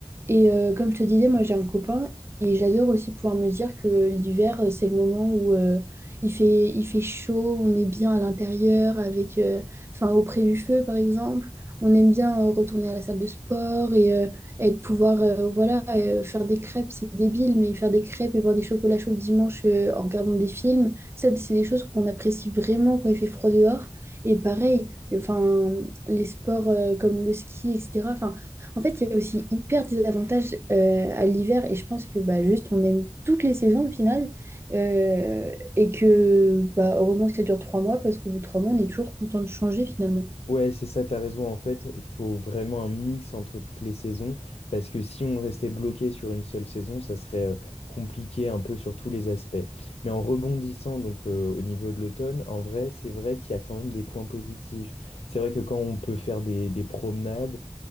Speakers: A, on the right (about 25°); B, on the left (about 75°).
A: Et euh, comme je te disais, moi, j'ai un copain et j'adore aussi pouvoir me dire que l'hiver, c'est le moment où... euh, il fait, il fait chaud, on est bien à l'intérieur, avec, euh, enfin, auprès du feu, par exemple. On aime bien euh, retourner à la salle de sport et, euh, et de pouvoir euh, voilà, euh, faire des crêpes, c'est débile, mais faire des crêpes et boire des chocolats chauds le dimanche euh, en regardant des films, ça, c'est des choses qu'on apprécie vraiment quand il fait froid dehors. Et pareil, enfin, les sports euh, comme le ski, etc. Enfin, en fait, il y a aussi hyper des avantages euh, à l'hiver et je pense que bah, juste on aime toutes les saisons au final euh, et que bah, heureusement que ça dure trois mois parce qu'au bout de trois mois, on est toujours content de changer finalement.
B: Ouais, c'est ça, t'as raison. En fait, il faut vraiment un mix entre toutes les saisons, parce que si on restait bloqué sur une seule saison, ça serait euh, compliqué un peu sur tous les aspects. Mais en rebondissant donc euh, au niveau de l'automne, en vrai, c'est vrai qu'il y a quand même des points positifs. C'est vrai que quand on peut faire des, des promenades,